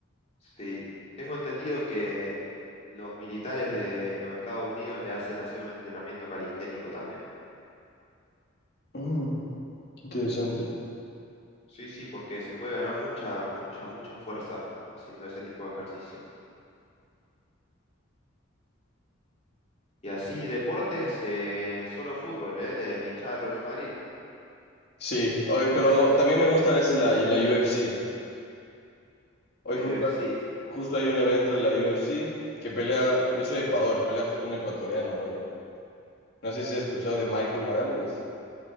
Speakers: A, on the left; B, on the left.
A: Sí. Tengo entendido que los militares de los Estados Unidos le hacen hacer un entrenamiento calisténico también.
B: Mm. Interesante.
A: Sí, sí, porque se puede ganar mucha, mucha, mucha fuerza haciendo ese tipo de ejercicio. Y así, deportes, eh, solo fútbol, ¿eh? La, la hinchada del Real Madrid,
B: Sí, hoy, pero también me gusta a veces la, la UFC. Hoy
A: la
B: justo,
A: UFC.
B: justo hay un evento de la UFC que pelea, yo soy de Ecuador, pelea justo un ecuatoriano hoy. No sé si
A: Mm,
B: has escuchado de Michael Morales,